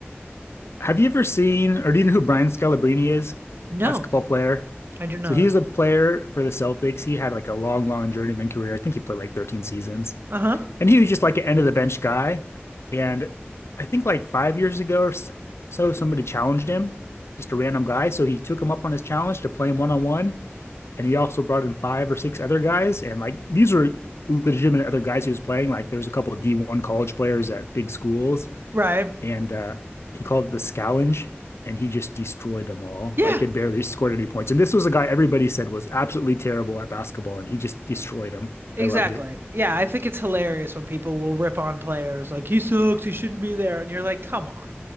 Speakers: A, on the left (about 90°); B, on the right (about 60°).
A: Have you ever seen, or do you know who Brian Scalabrine is?
B: <laughs> no,
A: Basketball player.
B: I do not.
A: So he's a player for the Celtics. He had like a long, long journeyman career. I think he played like 13 seasons.
B: Uh-huh.
A: And he was just like an end of the bench guy. And I think like five years ago or s- so, somebody challenged him, just a random guy. So he took him up on his challenge to play him one on one. And he also brought in five or six other guys. And like these were legitimate other guys he was playing. Like there was a couple of D1 college players at big schools
B: Right.
A: and uh, he called it the Scavenge, and he just destroyed them all.
B: Yeah.
A: Like they barely scored any points. And this was a guy everybody said was absolutely terrible at basketball, and he just destroyed them.
B: Exactly.
A: I loved it.
B: Yeah, I think it's hilarious when people will rip on players like he sucks, he shouldn't be there, and you're like, come on.